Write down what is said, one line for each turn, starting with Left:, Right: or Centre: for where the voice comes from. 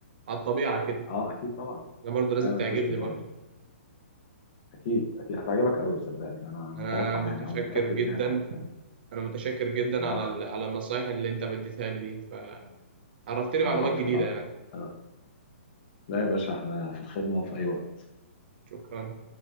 Right: على الطبيعة كده
Left: اه اكيد طبعا
Right: انا برضه لازم
Left: اعمل
Right: تعجبني
Left: تيست درايف
Right: برضه
Left: اكيد اكيد هتعجبك قوي صدقني انا متوقع
Right: انا متشكر
Left: يعني او متاكد
Right: جدا
Left: ان هي هتعجبك
Right: انا متشكر جدا
Left: العفو
Right: على ال- على النصايح اللي انت بديتها لي دي فعرفتني معلومات
Left: العفو
Right: جديدة
Left: العفو
Right: يعني
Left: آه. لا يا باشا احنا في الخدمه وفي اي وقت
Right: شكرا